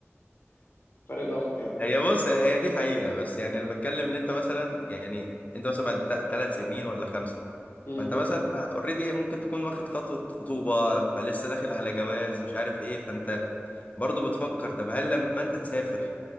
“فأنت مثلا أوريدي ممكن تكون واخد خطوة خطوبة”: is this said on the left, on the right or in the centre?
Left